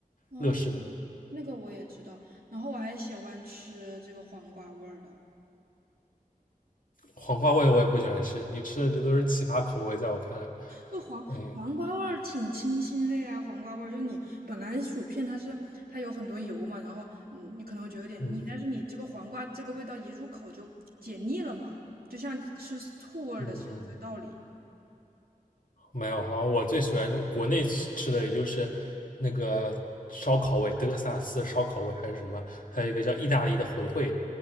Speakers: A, on the right; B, on the left.
A: 哦，
B: 乐事的
A: 那个我也知道，然后我还喜欢吃这个黄瓜味儿的。
B: 黄瓜味我也不喜欢吃。你吃的这都是奇葩口味，在我看来，
A: 不黄黄瓜味儿挺清新的呀，
B: 哎，
A: 黄瓜味儿就你本来薯片它是它有很多油嘛，然后你你可能会觉得有点腻，
B: 嗯
A: 但是你这个黄瓜这个味道一入口就解腻了嘛，就像吃醋味儿的是一个道理。
B: 嗯，没有，好像我最喜欢国内吃的也就是那个烧烤味，德克萨斯烧烤味，还是什么，还有一个叫意大利的红烩，